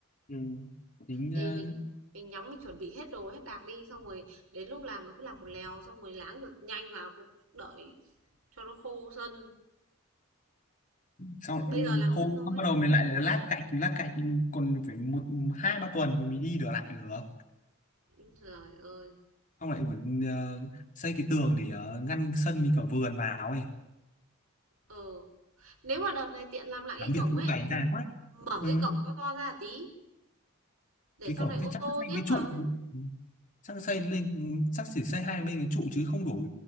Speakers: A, on the left; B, on the right.
A: ừ. tính
B: Thì
A: ờ,
B: mình mình nhắm mình chuẩn bị hết đồ, hết đạc đi, xong rồi đến lúc làm nó cứ làm một lèo, xong rồi láng giật nhanh vào, cũng đợi cho nó khô sân.
A: sau
B: Bây giờ làm
A: khô
B: sân thôi.
A: xong bắt đầu mình lại lát gạch lát gạch còn phải một hai ba tuần thì mình mới đi được lại được
B: Ừ, Trời ơi.
A: xong lại còn ờ, xây cái tường để ờ, ngăn sân với cả vườn vào ấy
B: Ừ. Nếu mà đợt này tiện làm lại cái
A: làm
B: cổng
A: việc những
B: ấy,
A: ngày dài quá
B: mở
A: ừ.
B: cái cổng to to ra tí, để
A: cái
B: sau
A: cổng
B: này ô
A: chắc chắn
B: tô
A: xây
B: tiếc
A: cái
B: vào.
A: trụ Ừ. chắc xây lên ừ, chắc chỉ xây hai bên cái trụ chứ không đổ